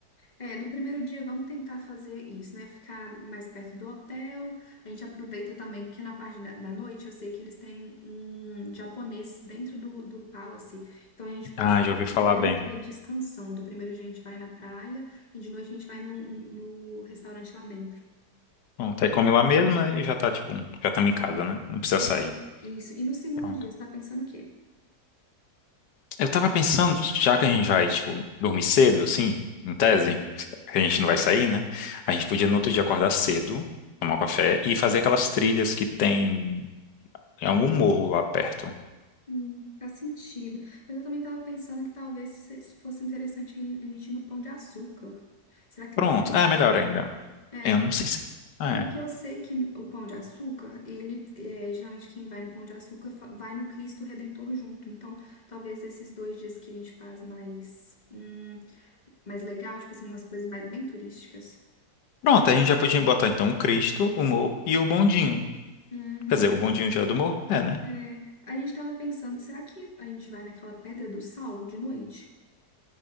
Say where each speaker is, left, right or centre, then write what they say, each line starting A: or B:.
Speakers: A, on the left (about 25°); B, on the left (about 85°).
A: É, no primeiro dia vamos tentar fazer isso, né? Ficar mais perto do hotel. A gente aproveita também, porque na parte da, da noite eu sei que eles têm um japonês dentro do, do Palace. Então a gente pode
B: Ah,
A: ficar
B: já ouvi
A: no
B: falar
A: primeiro
B: bem.
A: dia descansando. O primeiro dia a gente vai na praia e de noite a gente vai no no, restaurante lá dentro.
B: Pronto, aí come lá mesmo, né? E já tá, tipo, já estamos em casa, né? Não precisa
A: Uhum.
B: sair.
A: Isso. E no segundo
B: Pronto.
A: dia, você tá pensando o quê?
B: Eu tava pensando, já que a gente vai, tipo, dormir cedo, assim, em tese, a gente não vai sair, né? A gente podia no outro dia acordar cedo, tomar um café e fazer aquelas trilhas que tem em algum morro lá perto.
A: Hum, faz sentido. Mas eu também tava pensando que talvez se- se fosse interessante a gente ir no Pão de Açúcar. Será que
B: Pronto.
A: lá perto?
B: É, melhor ainda.
A: É,
B: Eu não sei se. É.
A: Porque
B: É.
A: eu sei que o Pão de Açúcar, ele é, geralmente quem vai no Pão de Açúcar fa- vai no Cristo Redentor junto. Então, talvez esses dois dias que a gente faz mais, hum, mais legal, tipo assim, umas coisas mais, bem turísticas.
B: Pronto, a gente já podia botar então o Cristo, o morro e o bondinho.
A: Uhum.
B: Quer dizer, o bondinho já é do morro? É, né?
A: É, a gente tava pensando, será que a gente vai naquela Pedra do Sal de noite?